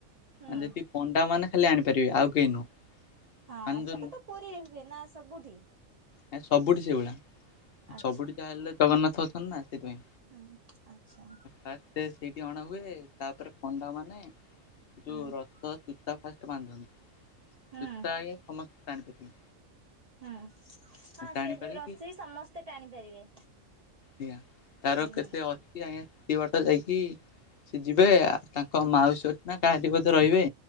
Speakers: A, on the right (about 45°); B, on the left (about 55°).
A: ହୁଁ
B: ଆଁ ଯଦି ପଣ୍ଡା ମାନ ଖାଲି ଆଣିପାରିବେ ଆଉ କେହି ନୁହଁ।
A: ହଁ
B: ମାନେ ଯୋଉ
A: ସେଟାତ ପୁରୀରେ ହୁଏ ନା ସବୁଠି?
B: ନାଇଁ ସବୁଠି ସେଇଭଳିଆ
A: ଆଚ୍ଛା।
B: ସବୁଠି ଯାହା ହେଲେ ଜଗନ୍ନାଥ ଅଛନ୍ତି ନା ସେଥିପାଇଁ।
A: ହୁଁ ଆଛା।
B: ଫାଷ୍ଟେ ସେଇଠି ଅଣା ହୁଏ ତାପରେ ପଣ୍ଡା ମାନେ ଯୋଉ
A: ହୁଁ ହୁଁ।
B: ରଥ ଚୂତା ଫା ବାନ୍ଧନ୍ତି
A: ହୁଁ
B: ଚୁତା ଆଜ୍ଞା ସମସ୍ତେ ଟାଣିପାରିବେ।
A: ହୁଁ ହଁ
B: ଟାଣି
A: ସେ
B: ପାରିକି
A: ଯୋଉ ରଷେଇ ସମସ୍ତେ ଟାଣି ପାରିବେ।
B: ଆଜ୍ଞା ତାର
A: ହୁଁ
B: କେତେ ଅଛି ଆଜ୍ଞା କିଛି ବାଟ ଯାଇକି ସେ ଯିବେ ତାଙ୍କ ମାଉସୀ ଘରକୁ ନାଁ କାହା ଘଟି ବୋଧେ ରହିବେ।